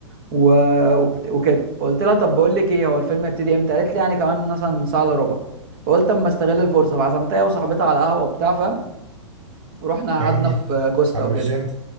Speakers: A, on the right; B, on the right.
A: و... وبت... وكده فقلت لها طب بقول لك ايه هو الفيلم هيبتدي امتى قالت لي يعني كمان مثلا ساعه الا ربع فقلت اما استغل الفرصه فعزمتها هي وصاحبتها على قهوه وبتاع فاهم ورحنا
B: جميل
A: قعدنا في كوستا
B: عم
A: وكده
B: الجنت